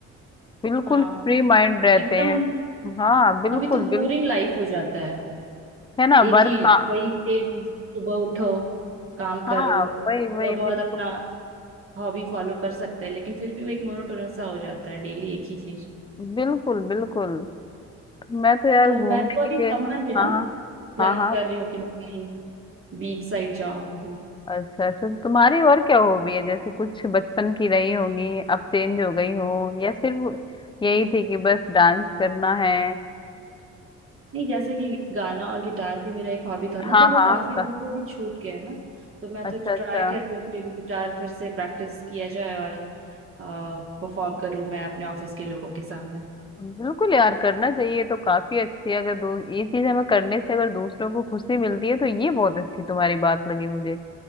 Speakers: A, on the left (about 15°); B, on the right (about 45°).
A: बिल्कुल
B: हाँ
A: फ्री
B: अभी
A: माइंड रहते
B: एकदम
A: हैं हाँ बिल्कुल
B: अभी तो बोरिंग
A: बिल्कुल
B: लाइफ हो जाता है
A: है ना
B: एक
A: वर्क
B: ही
A: का
B: वही सेम सुबह उठो काम
A: हाँ
B: करो
A: वही वही
B: थोड़ा बहुत
A: बिल्कुल
B: अपना हॉबी फॉलो कर सकते हैं लेकिन फिर भी वो एक मोनोटोनस सा हो जाता है डेली एक ही चीज
A: बिल्कुल बिल्कुल मैं तो यार
B: तो
A: घूमने
B: मैं तो अभी
A: के लिए
B: समर में ना
A: हाँ
B: प्लान
A: हाँ हाँ हाँ
B: कर रही हूँ कि मैं कहीं बीच साइड जाऊँ
A: अच्छा अच्छा तो तुम्हारी और क्या हॉबी है जैसे कुछ बचपन की रही होंगी अब चेंज हो गई हो या सिर्फ यही थी कि बस डांस करना है
B: नहीं जैसे कि गाना और गिटार भी मेरा एक हॉबी था ना
A: हाँ
B: तो वो
A: हाँ
B: काफी दिन
A: गा-
B: से अभी छूट गया है ना तो मैं
A: अच्छा
B: तो
A: अच्छा
B: ट्राई कर रही हूँ कि ये भी गिटार फिर से प्रैक्टिस किया जाए और परफॉर्म करूँ मैं अपने ऑफिस के लोगों के सामने
A: बिल्कुल यार करना चाहिए तो काफी अच्छी है अगर दो ये चीज हमें करने से अगर दूसरों को खुशी मिलती है तो ये बहुत अच्छी तुम्हारी बात लगी मुझे